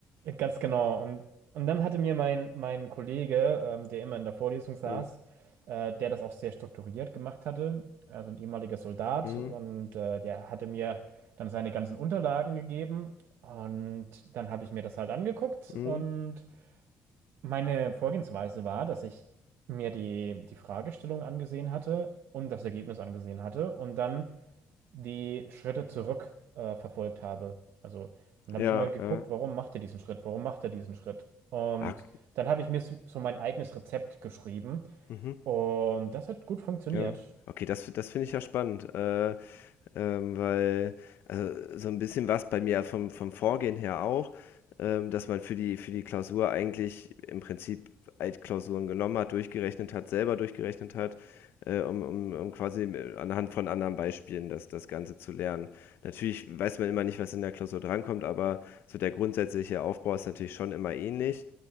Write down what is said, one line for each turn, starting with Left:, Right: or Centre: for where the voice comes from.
Right: Ganz genau. Und, und dann hatte mir mein, mein Kollege, ähm, der immer in der Vorlesung saß,
Left: Mhm.
Right: äh, der das auch sehr strukturiert gemacht hatte, also ein ehemaliger Soldat,
Left: Mhm.
Right: und äh, der hatte mir dann seine ganzen Unterlagen gegeben. Und dann habe ich mir das halt angeguckt.
Left: Mhm.
Right: Und meine Vorgehensweise war, dass ich mir die, die Fragestellung angesehen hatte und das Ergebnis angesehen hatte. Und dann die Schritte zurück äh, verfolgt habe. Also dann habe
Left: Ja,
Right: ich immer geguckt,
Left: ja.
Right: warum macht er diesen Schritt? Warum macht er diesen Schritt? Und
Left: Ah,
Right: dann habe ich mir so so mein eigenes Rezept geschrieben
Left: mhm.
Right: und das hat gut funktioniert.
Left: Ja. Okay, das das finde ich ja spannend, äh, ähm, weil also so ein bisschen war's bei mir also vom vom Vorgehen her auch, ähm, dass man für die, für die Klausur eigentlich im Prinzip Altklausuren genommen hat, durchgerechnet hat, selber durchgerechnet hat, äh, um, um, um quasi äh, anhand von anderen Beispielen das, das Ganze zu lernen. Natürlich weiß man immer nicht, was in der Klausur drankommt, aber so der grundsätzliche Aufbau ist natürlich schon immer ähnlich,